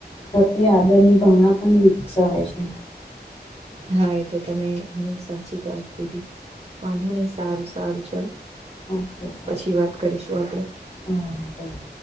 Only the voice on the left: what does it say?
પ્રત્યે આદર ની ભાવના પણ વિકસવે છે‌.
ઓકે સારું
આ હા ભલે.